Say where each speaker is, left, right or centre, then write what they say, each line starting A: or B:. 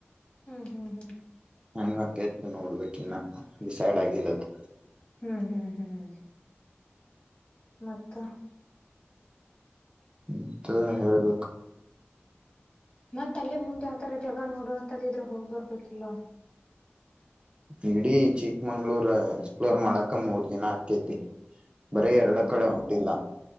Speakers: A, on the left (about 30°); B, on the right (about 25°).
A: ಹ್ಮ್ ಹ್ಮ್ ಹ್ಮ್
B: ಹಂಗ ಆಕತ್ತು ನೋಡ್ಬೇಕ ಇನ್ನ ಡಿಸೈಡ್ ಆಗಿಲ್ಲದು
A: ಹ್ಮ್ ಹ್ಮ್ ಹ್ಮ್ ಮತ್ತ
B: ಮತ್ತ ಹೇಳ್ಬೇಕು
A: ಮತ್ತ ಅಲ್ಲೇ ಮುಂದೆ ಯಾವದರ ಜಾಗ ನೋಡುವಂತದ್ದ ಇದ್ರೆ ಹೋಗ್ ಬರ್ಬೇಕಿಲ್ವ
B: ಇಡೀ ಚಿಕ್ಕಮಂಗ್ಳೂರ್ ಎಕ್ಸ್ಪ್ಲೋರ್ ಮಾಡಕ ಮೂರ್ ದಿನ ಆಗ್ತೈತಿ ಬರೀ ಎರಡ
A: ಹೌ
B: ಕಡೆ ಹೊಂಟಿಲ್ಲ